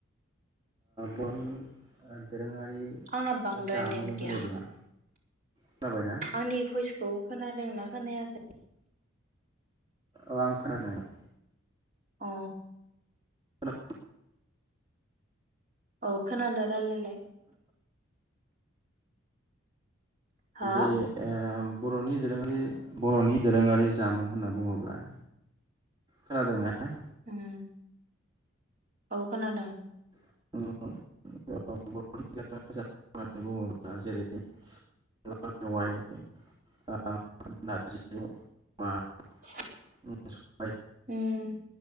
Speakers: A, on the right (about 20°); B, on the right (about 40°).
A: बन <unintelligible> दोरोङारि
B: आंना बांद्राय
A: जामुं
B: नेट
A: होनोब्ला
B: गैया
A: खोनाबायना
B: आंनि भइसखौ खोना दोंना खोनायाखै
A: औ आं खोनादों नोंथां
B: अ
A: खोनादों
B: औ खोनादों रायलायलाय हा
A: दि आ बर'नि दोरोङारि बर'नि दोरोङारि जामुं होनना बुङोब्ला खोनादोंना
B: उम औ खोनादों
A: <unintelligible>
B: <inaudible>
A: <unintelligible>
B: उम।